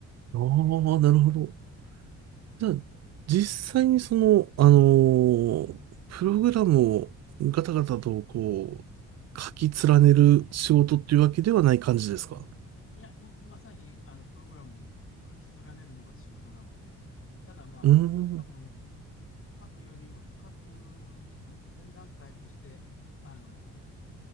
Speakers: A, on the right; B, on the left.
A: ああ、
B: えー
A: なるほど。じゃあ、実際にその、あのープログラムをガタガタとこう、書き連ねる仕事っていうわけではない感じですか
B: いや、もう、まさに、あの、プログラム書き連ねるのが仕事なので、ただまあ、
A: うーん。
B: プログラム書くよりは、書く前段階として、あの、